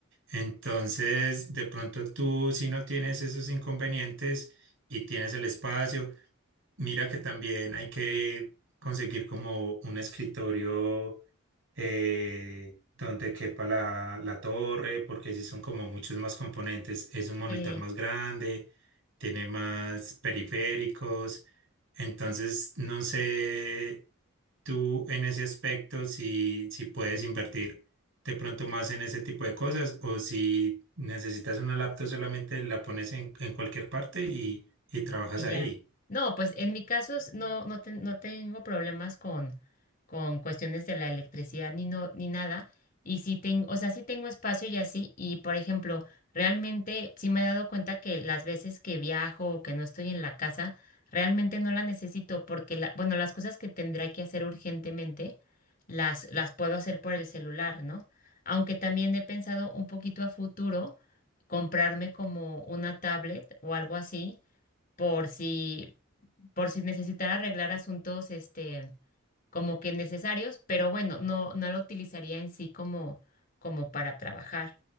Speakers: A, on the right; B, on the left.
A: Entonces, de pronto tú si no tienes esos inconvenientes y tienes el espacio, mira que también hay que conseguir como un escritorio eh, donde quepa la, la torre, porque si son como muchos más componentes, es un monitor
B: Sí.
A: más grande, tiene más periféricos, entonces no sé tú en ese aspecto si, si puedes invertir de pronto más en ese tipo de cosas o si necesitas una laptop solamente la pones en, en cualquier parte y, y trabajas
B: Y
A: ahí.
B: ya. No, pues en mi caso s- no, no, ten- no tengo problemas con, con cuestiones de la electricidad ni no, ni nada. Y sí tengo, o sea, sí tengo espacio y así. Y por ejemplo, realmente sí me he dado cuenta que las veces que viajo o que no estoy en la casa, realmente no la necesito porque la, bueno, las cosas que tendré que hacer urgentemente, las, las puedo hacer por el celular, ¿no? Aunque también he pensado un poquito a futuro comprarme como una tablet o algo así por si, por si necesitara arreglar asuntos, este, como que necesarios, pero bueno, no, no lo utilizaría en sí como, como para trabajar.